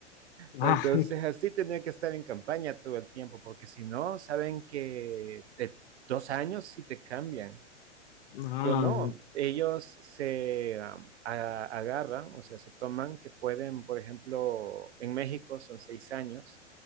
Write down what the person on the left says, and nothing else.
<laughs>
Ah,
no